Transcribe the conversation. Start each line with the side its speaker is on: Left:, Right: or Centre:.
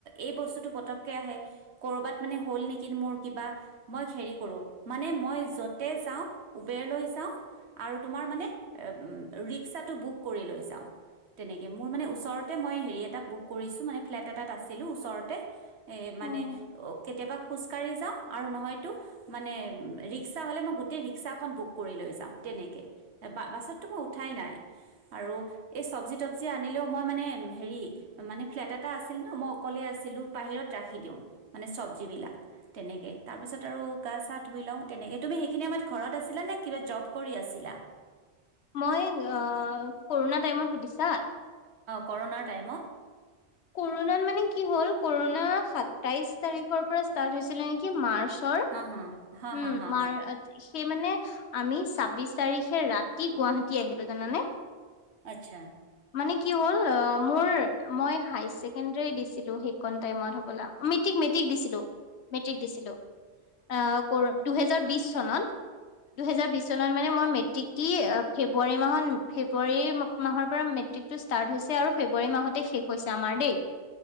Right: এই বস্তুটো পতককে আহে কৰবাত মানে হ'ল নেকি মোৰ। কিবা মই হেৰি কৰো মানে মই যতে যাওঁ উবেৰলৈ যাওঁ। আৰু তোমাৰ মানে ৰিক্সাটো বুক কৰি লৈ যাওঁ। তেনেকে মোৰ মানে ওচৰতে মই হেৰিয়াত টা বুক কৰিছো মানে ফ্লেট এটাত আছিলোঁ ওচৰতহে মানে
Left: উম
Right: কেতিয়াবা খোজকাঢ়ি যাওঁ আৰু নহয়তো মানে ৰিক্সা হ'লে মই গোটেই ৰিক্সাখন বুক কৰি লও। যাওঁ তেনেকে বা বাছতটো মই উঠাই নাই আৰু এই চবজি তবজি আনিলেও মই মানে হেৰি মানে ফ্লেট এটা আছিল ন মই অকলে আছিলো বাহিৰত ৰাখি দিওঁ মানে চব্জি বিলাক তেনেকে। তাৰপিছত আৰু গা চা ধুই লওঁ তেনেকে, তুমি সেইখিনি সময়ত ঘৰত আছিলা নে কিবা জব কৰি আছিলা?
Left: মই কৰোণা টাইমত সুধিছা?
Right: কৰণাৰ টাইমত।
Left: কৰোণাত মানে কি হল কৰোণা সাতাইশ তাৰিখৰ পৰা ষ্টাৰ্ট হৈছিলে নেকি মা চৰ
Right: হা হা হা হা
Left: উম
Right: হা
Left: মাৰ
Right: হা
Left: সেই মানে আমি ছাব্বিশ তাৰিখে ৰাতি গুৱাহাটী আহিলো জানানে।
Right: আচ্ছা।
Left: মানে কি হ'ল অ মোৰ মই হায় চছেকেণ্ডেৰী দিছিলো সেইখন টাইমত হ'বলা। মেট্ৰিক মেট্ৰিক দিছিলো মেট্ৰিক দিছিলো অ দুহেজাৰ বিশ চনত। দুহেজাৰ বিশ চনত মানে মই মেট্ৰিক দি ফেব্ৰুৱাৰী মাহত ফেব্ৰুৱাৰী মাহৰ পৰা মেট্ৰিক টো ষ্টাৰ্ট হৈছে আৰু ফেব্ৰুৱাৰী মাহতে শেষ হৈছে আমাৰ দেই।